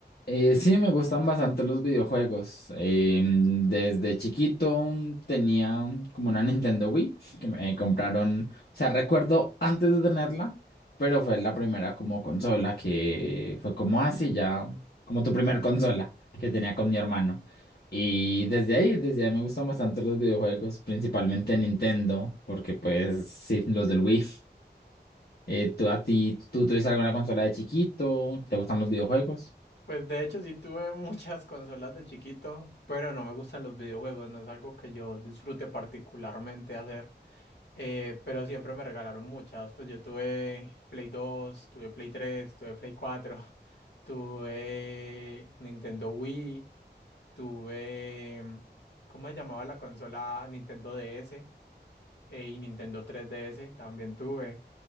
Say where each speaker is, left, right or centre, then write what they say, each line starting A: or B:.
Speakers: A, on the left; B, on the left.
A: Eh, sí, me gustan bastante los videojuegos. Em, desde chiquito tenía como una Nintendo Wii que me compraron. O sea, recuerdo antes de tenerla, pero fue la primera como consola que fue como así ya, como tu primer consola que tenía con mi hermano. Y desde ahí, desde ahí me gustan bastante los videojuegos, principalmente Nintendo, porque pues sí, los del Wii. Eh, ¿tú a ti, tú tuviste alguna consola de chiquito? ¿Te gustan los videojuegos?
B: Pues de hecho sí tuve <laughs> muchas consolas de chiquito, pero no me gustan los videojuegos, no es algo que yo disfrute particularmente hacer, eh, pero siempre me regalaron muchas, pues yo tuve Play dos, tuve Play tres, tuve Play cuatro, <laughs> tuve Nintendo Wii, tuve, ¿cómo se llamaba la consola? Nintendo DS eh, y Nintendo 3DS también tuve.